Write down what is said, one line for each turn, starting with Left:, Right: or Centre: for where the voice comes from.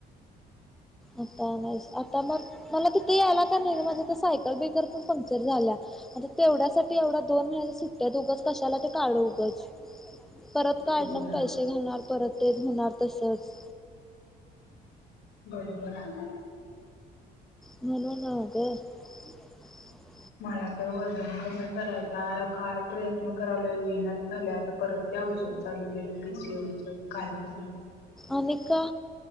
Centre: आता नाही, आता मग मला ते ते यायला काय नाही गं, माझं ते सायकल बिकर पंक्चर झाल्या. <unintelligible> तेवढ्यासाठी एवढ्या दोन महिने सुट्ट्या हायत उगाच, कशाला ते काढ उगच, परत काढणार
Left: होय.
Centre: पैसे घालणार परत ते, होेणार तसंच,
Left: बरोबर हा
Centre: म्हणून <inaudible>
Left: मला तर वजन कमी करायचाय काय प्रयत्न कराला विनाच झालय, आता परत ते औषध चालू केले पीसीओडीच कालपसून.
Centre: आणि का,